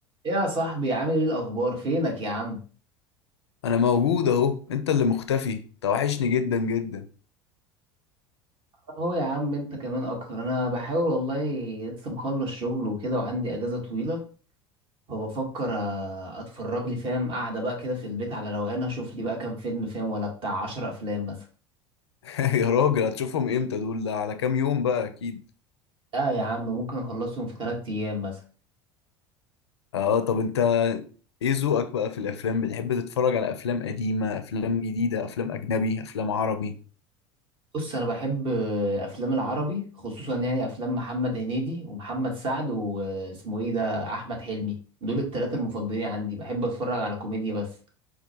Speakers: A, on the right; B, on the left.
A: يا صاحبي عامل ايه الاخبار فينك يا عم
B: انا موجود اهو انت اللي مختفي توحشني جدا جدا
A: اهو يا عم انت كمان اكتر انا بحاول والله لسه مخلص شغل وكده وعندي اجازه طويله فبفكر آه، اتفرج لي فاهم قاعده بقى كده في البيت على روقان اشوف لي بقى كام فيلم فاهم ولا بتاع 10 افلام مثلا
B: <laughs> يا راجل هتشوفهم امتى دول ده على كام يوم بقى اكيد
A: لا يا عم ممكن اخلصهم في 3 ايام مثلا
B: اه طب انت ايه ذوقك بقى في الافلام بتحب تتفرج على افلام قديمة افلام جديدة افلام اجنبي افلام عربي
A: بص انا بحب آه، افلام العربي خصوصا يعني افلام محمد هنيدي ومحمد سعد واسمه ايه ده احمد حلمي دول الثلاثه المفضلين عندي بحب اتفرج على كوميديا بس